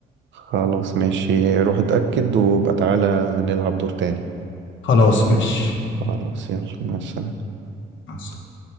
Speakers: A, on the right; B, on the left.
A: خلاص ماشي روح اتأكد وابقى تعالى نلعب دور تاني
B: خلاص ماشي
A: خلاص يلا مع السلامة
B: مع السلامة.